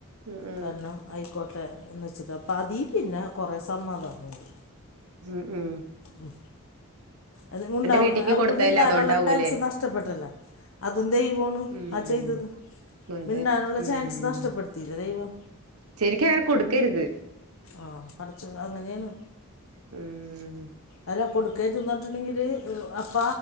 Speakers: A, on the right; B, on the left.
A: ഉം ഉം
B: കാരണം ആയിക്കോട്ടെ എന്ന് വെച്ചിട്ട് അപ്പ അതി പിന്നെ കുറേ സമാധാനം ഉണ്ട്
A: മ് മ്മ്
B: ഉം അതുവുണ്ടാവും
A: വീട്ടിക്ക്
B: അവർക്ക്
A: കൊടുത്തല്ലേ
B: മിണ്ടാനുള്ള
A: അതുകൊണ്ടാവൂലേ
B: ചാൻസ് നഷ്ടപ്പെട്ടല്ല അതും ദൈവാണ്
A: ഉം
B: ആഹ ചെയ്തത്
A: അതെ
B: മിണ്ടാനുള്ള
A: ഉം
B: ചാൻസ് നഷ്ടപ്പെടുത്തില്ലേ ദൈവം
A: ശരിക്കും അങ്ങനെ കൊടുക്കരുത്
B: ആഹ് പടച്ചോ അങ്ങനെയാണ്
A: മ്മ്
B: അല്ല കൊടുകാതെ തിന്നിട്ടുണ്ടെങ്കില് അപ്പ